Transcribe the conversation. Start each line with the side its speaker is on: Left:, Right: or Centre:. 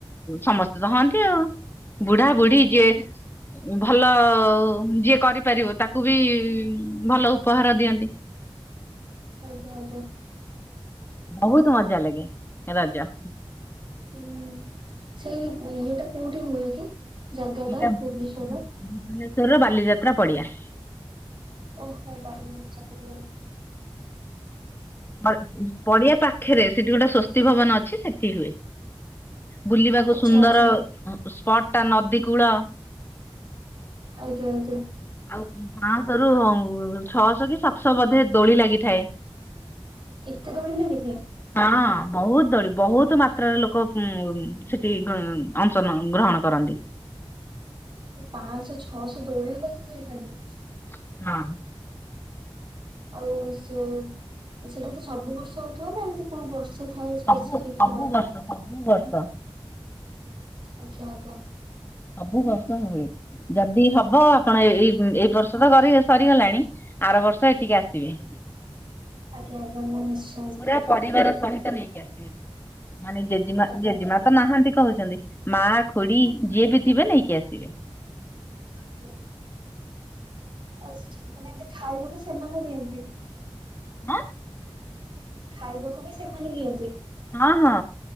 Left: ସମସ୍ତେ ତ ହଅନ୍ତି ଆଉ। ବୁଢ଼ା ବୁଢ଼ୀ
Right: ଆଚ୍ଛା
Left: ଯିଏ ଭଲ ଅ ଅ ଯିଏ କରିପାରିବ ତାକୁ ବି ଇ ଇ ଭଲ ଉପହାର ଦିଅନ୍ତି।
Right: ଆଜ୍ଞା ଆଜ୍ଞା।
Left: ବହୁତ ମଜା ଲାଗେ ରଜ।
Right: <unintelligible> ସେଇ ଇଏଟା କୋଉଠି ହୁଏ କି? ଜାଗା
Left: ଏଇଟା
Right: ଟା
Left: ଭୁବ
Right: ଭୁବନେଶ୍ଵରର?
Left: ଭୁବନେଶ୍ଵରର ବାଲିଯାତ୍ରା ପଡ଼ିଆ।
Right: ଓହୋ <unintelligible>
Left: ପଡ ଆଁ ପଡିଆ ପାଖରେ ସେଠି ଗୋଟେ ସ୍ଵସ୍ତି ଭବନ ଅଛି ସେଠି ହୁଏ। ବୁଲିବାକୁ
Right: ଆଚ୍ଛା
Left: ସୁନ୍ଦର,
Right: ଆଚ୍ଛା
Left: ସ୍ପଟ ଟା ନଦୀ କୂଳ।
Right: ଆଜ୍ଞା ଆଜ୍ଞା।
Left: ଆଉ ପାଞ୍ଚଶହରୁ ଛଅଶହ କି ସାତଶହ ବୋଧେ ଦୋଳି ଲାଗିଥାଏ।
Right: ଏତେ ଦୋଳିି ଲାଗିଥାଏ?
Left: ହଁ ବହୁତ ଦୋଳି, ବହୁତ ମାତ୍ରାରେ, ଲୋକ ଉଁ ଉଁ ସେଠି ଉଁ ଅଂଶ ଗ୍ରହନ୍ ଗ୍ରହଣ କରନ୍ତି।
Right: ପାଞ୍ଚଶହ ଛଅଶହ ଦୋଳି ଲାଗିଥାଏ ଖାଲି।
Left: <unintelligible>
Right: ଆଉ ସେ ସେଟା ତ ସବୁ ବର୍ଷ ହଉଥିବ ନା ଏମ୍ ଏତେ କୋଉ ବର୍ଷ ଥାଏ ସ୍ପେସିଫିକ୍
Left: ସବୁ ସବୁ
Right: ହବା ପାଇଁ।
Left: <unintelligible>
Right: ଆଜ୍ଞା ଆଜ୍ଞା।
Left: ସବୁ ବର୍ଷ ହୁଏ ଯଦି ହବ ଆପଣ ଏଇ ଏଇ ବର୍ଷ ତ ସରିଗଲାଣି। ଆର ବର୍ଷ ଏଠିକି ଆସିବେ।
Right: ଆଜ୍ଞା ଆଜ୍ଞା ମୁଁ ନିଶ୍ଚି
Left: ପୁରା ପରିବାର ସହିତ ନେଇକି ଆସିବେ। ମାନେ ଜେଜେମା
Right: ଆଜ୍ଞା।
Left: ଜେଜେମା ତ ନାହାନ୍ତି କହୁଚନ୍ତି। ମା, ଖୁଡି ଯିଏ ବି ଥିବେ ନେଇକି ଆସିବେ।
Right: <inaudible> ଆଉ ସେଠି ମାନେ ଖାଇବୁକି ସେମାନେ ଦିଅନ୍ତି।
Left: ଆଁ
Right: ଖାଇବାକୁ ବି ସେମାନେ ଦିଅନ୍ତି।
Left: ହଁ ହଁ